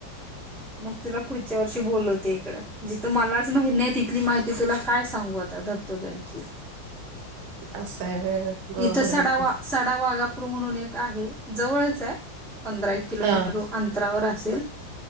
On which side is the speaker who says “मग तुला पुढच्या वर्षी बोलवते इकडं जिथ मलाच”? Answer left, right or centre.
Centre